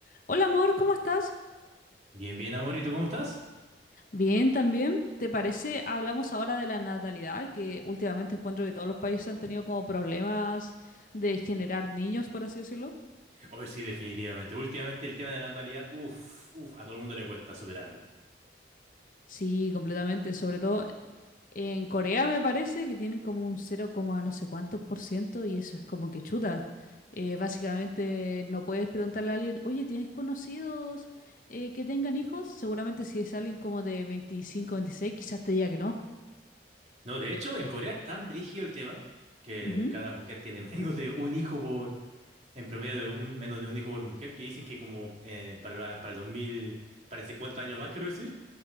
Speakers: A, on the left; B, on the right.
A: Hola amor, ¿cómo estás?
B: Bien, bien, amorito, ¿cómo estás?
A: Bien, también. ¿Te parece? Hablamos ahora de la natalidad, que últimamente encuentro que todos los países han tenido como problemas de generar niños, por así decirlo.
B: Hoy sí, definitivamente. Últimamente el tema de la natalidad, uff, uff, a todo el mundo le cuesta superarlo.
A: Sí, completamente. Sobre todo en Corea me parece que tienen como un 0, no sé cuántos por ciento y eso es como que chuta. Eh, básicamente no puedes preguntarle a alguien, oye, ¿tienes conocidos eh, que tengan hijos? Seguramente si es alguien como de 25, 26, quizás te diga que no.
B: No, de hecho, en Corea es tan brígido el tema que
A: Ujú,
B: cada mujer tiene <laughs> menos de un hijo por, en promedio de un, menos de un hijo por mujer, que dicen que como eh, para, la- para el 2000, para 50 años más, quiero decir,